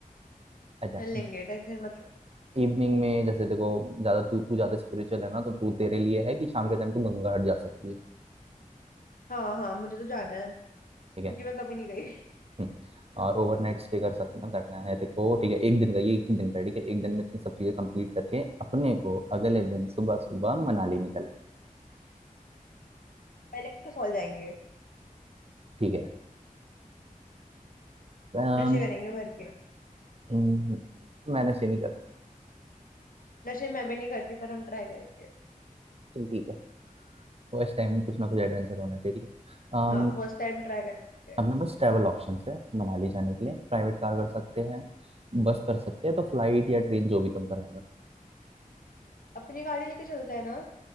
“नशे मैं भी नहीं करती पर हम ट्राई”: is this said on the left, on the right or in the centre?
Left